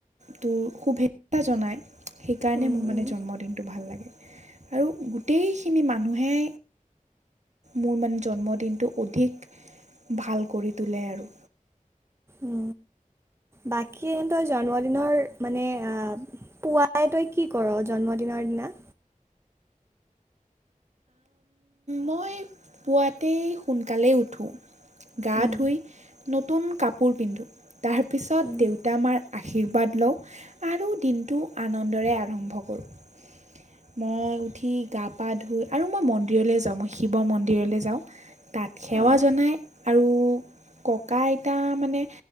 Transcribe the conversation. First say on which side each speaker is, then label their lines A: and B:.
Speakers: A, on the right; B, on the right.
A: তোৰ শুভেচ্ছা জনায়। সেইকাৰণে
B: উম,
A: মোৰ
B: উম,
A: মানে জন্মদিনটো ভাল লাগে। আৰু গোটেইখিনি মানুহে। মোৰ মানে জন্মদিনটো অধিক ভাল কৰি তোলে আৰু।
B: উ বাকী তই জন্মদিনৰ মানে আহ পুৱাই তই কি কৰ জন্মদিনৰ দিনা।
A: মই পুৱাতেই সোনকালেই উঠোঁ। গা
B: উম,
A: ধুই। নতুন কাপোৰ পিন্ধোঁ। তাৰপিছত
B: উম,
A: দেউতা আমাৰ। আশীৰ্বাদ লওঁ। আৰু দিনটো আনন্দ। দৰে আৰম্ভ কৰোঁ। মই উঠি গা পা ধুই আৰু মই মন্দিৰলৈ যাওঁ। মই শিৱ মন্দিৰলৈ যাওঁ তাত সেৱা
B: অঁ
A: জনাই আৰু ককা আইতা মানে